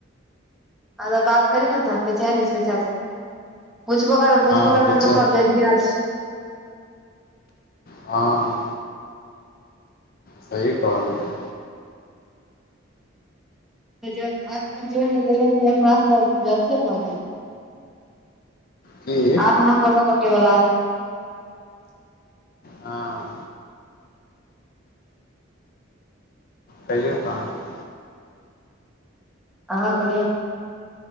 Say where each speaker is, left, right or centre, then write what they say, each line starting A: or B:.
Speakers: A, in the centre; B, on the left (about 45°).
A: अ बात करियौ ने तऽ बेचैन अछि बेचारी बुझबो कर बुझबो
B: हँ
A: करत
B: बेचैन
A: कत की हाल छैय।
B: हँ। सही कहलियै।
A: ज एपमे जोड़ि नहि देलियनि कि हमरास अथीये भ गेल।
B: की
A: आब ओना काॅलो कटय वला अइ।
B: हँ। कहियौ तहन।
A: अहाँ कहियौ।